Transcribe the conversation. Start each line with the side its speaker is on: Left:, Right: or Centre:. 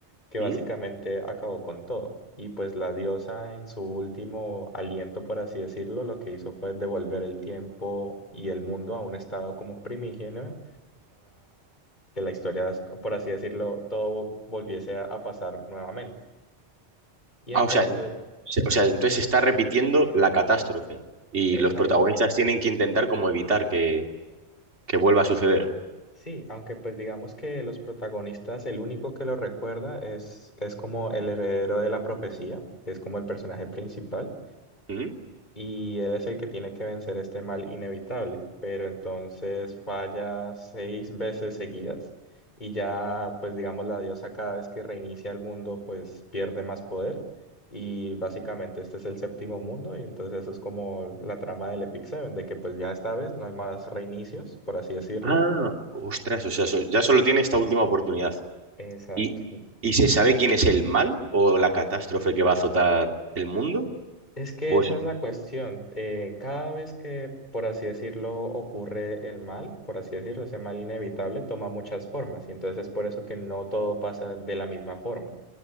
Left: que básicamente
Right: ¿Mm?
Left: acabó con todo. Y pues la diosa en su último aliento, por así decirlo, lo que hizo fue devolver el tiempo y el mundo a un estado como primigenio que la historia, por así decirlo, todo volviese a, a pasar nuevamente. Y entonces,
Right: Ah, o sea, en- se- o sea, entonces se está repitiendo la catástrofe y
Left: exacto.
Right: los protagonistas tienen que intentar como evitar que que vuelva a suceder.
Left: Sí, aunque pues digamos que los protagonistas, el único que lo recuerda es, es como el heredero de la profecía, que es como el personaje principal.
Right: ¿Mm?
Left: y él es el que tiene que vencer este mal inevitable, pero entonces falla seis veces seguidas y ya, pues digamos, la diosa cada vez que reinicia el mundo, pues pierde más poder y básicamente este es el séptimo mundo y entonces eso es como la trama del Epic Seven, de que pues ya esta vez no hay más reinicios, por así decirlo.
Right: Ah, Ostras, o sea, so- ya solo tiene esta última oportunidad.
Left: Exacto.
Right: ¿Y, y se sabe quién es el mal o la catástrofe que va a azotar el mundo?
Left: Es que
Right: ¿O
Left: esa
Right: eso?
Left: es la cuestión. Eh, cada vez que, por así decirlo, ocurre el mal, por así decirlo, ese mal inevitable toma muchas formas y entonces es por eso que no todo pasa de la misma forma.